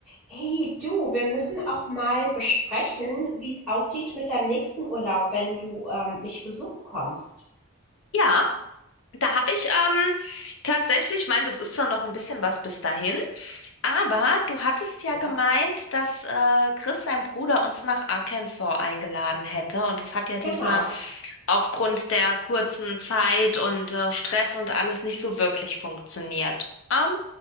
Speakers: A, in the centre; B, on the left (about 65°).
A: Hey du, wir müssen auch mal besprechen, wie es aussieht mit deinem nächsten Urlaub, wenn du ähm, mich besuchen kommst.
B: Ja, da habe ich ähm, tatsächlich meint, das ist zwar noch ein bisschen was bis dahin, aber du hattest ja
A: Ja,
B: gemeint, dass äh, Chris, sein Bruder, uns nach Arkansas eingeladen hätte. Und das hat ja diesmal
A: Genau.
B: aufgrund der kurzen Zeit und äh, Stress und alles nicht so wirklich funktioniert. Ähm,